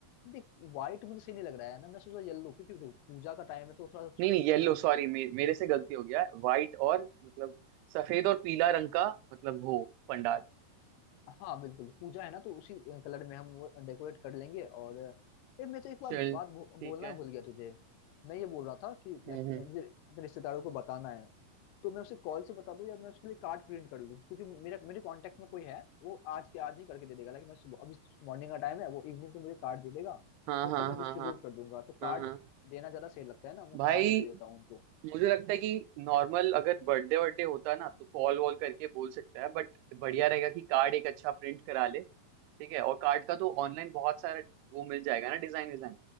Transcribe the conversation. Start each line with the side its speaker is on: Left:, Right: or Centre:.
Left: देख व्हाइट मुझे सही नहीं लग रहा है ना मैं सोचा येलो क्योंकि देखो पूजा का टाइम है तो थोड़ा सा,
Right: नहीं नहीं येलो
Left: अ,
Right: सॉरी मे, मेरे से गलती हो गया व्हाइट और मतलब सफेद और पीला रंग का मतलब हो पंडाल
Left: हाँ बिल्कुल पूजा है ना तो उसी कलर में हम वो डेकोरेट कर लेंगे और ए, मैं तो एक बार
Right: चल
Left: बात
Right: ठीक
Left: बो, बोलना
Right: है
Left: भूल गया तुझे मैं ये बोल रहा था कि लाइक
Right: हम्म हम्म।
Left: मुझे अपने रिश्तेदारों को बताना है तो मैं उसे कॉल से बता दूं या मैं उसके लिए कार्ड प्रिंट कर लूं क्योंकि मेरा मेरे कांटेक्ट में कोई है वो आज के आज ही करके दे देगा लाइक मैं सुबह अभी मॉर्निंग का टाइम है वो इवनिंग को मुझे कार्ड दे देगा
Right: हाँ
Left: और
Right: हाँ
Left: कल मैं
Right: हाँ
Left: डिस्ट्रीब्यूट
Right: हाँ
Left: कर दूंगा तो
Right: हाँ
Left: कार्ड
Right: हाँ
Left: देना ज्यादा सही लगता है ना मैं
Right: भाई
Left: कार्ड ही दे देता हूँ उनको
Right: मुझे लगता है कि नॉर्मल अगर बर्थडे बर्थडे होता ना तो कॉल वॉल करके बोल सकता है बट बढ़िया रहेगा कि कार्ड एक अच्छा प्रिंट करा ले ठीक है और कार्ड का तो ऑनलाइन बहुत सारा वो मिल जाएगा ना डिजाइन विजाइन